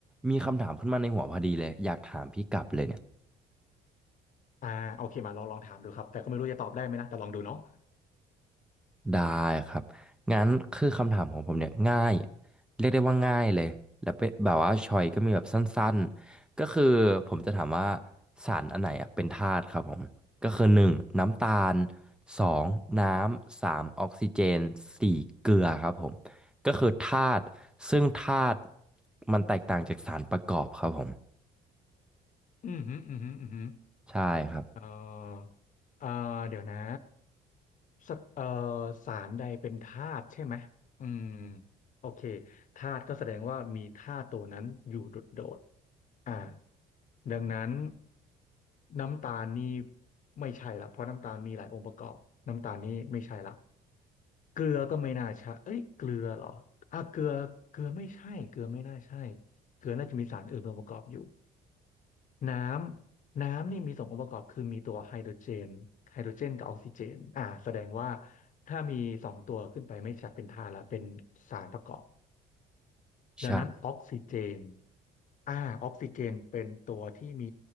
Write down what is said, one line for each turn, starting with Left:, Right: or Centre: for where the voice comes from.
Centre: มีคำถามขึ้นมาในหัวพอดีเลยอยากถามพี่กลับเลยเนี่ย
Left: อ่าโอเคมาลองลองถามดูครับแต่ก็ไม่รู้จะตอบได้ไหมนะแต่ลองดูเนาะ
Centre: ได้ครับงั้นคือคำถามของผมเนี่ยง่ายเรียกได้ว่าง่ายเลยแล้วเป็นแบบว่าชอยก็มีแบบสั้นๆก็คือผมจะถามว่าสารอันไหนอะเป็นธาตุครับผมก็คือหนึ่งน้ำตาลสองน้ำสามออกซิเจนสี่เกลือครับผมก็คือธาตุซึ่งธาตุมันแตกต่างจากสารประกอบครับผม
Left: <laughs> อืมฮึอืมฮึอืมฮึ
Centre: ใช่ครับ
Left: เอ่อเอ่อเดี๋ยวนะสักเอ่อสารใดเป็นธาตุใช่ไหมอืมโอเคธาตุก็แสดงว่ามีธาตุตัวนั้นอยู่โดดๆอ่าดังนั้นน้ำตาลนี่ไม่ใช่ละเพราะน้ำตาลมีหลายองค์ประกอบน้ำตาลนี่ไม่ใช่ละ เกลือก็ไม่น่าใช่เอ้ยเกลือเหรออ่ะเกลือ เกลือไม่ใช่เกลือไม่น่าใช่เกลือน่าจะมีสารอื่นองค์ประกอบอยู่ น้ำ น้ำนี่มีสององค์ประกอบคือมีตัวไฮโดรเจนไฮโดรเจนกับออกซิเจนอ่าแสดงว่าถ้ามีสองตัวขึ้นไปไม่ใช่เป็นธาตุละเป็นสารประกอบ
Centre: ใช่
Left: ดังนั้นออกซิเจนอ่าออกซิเจนเป็นตัวที่มี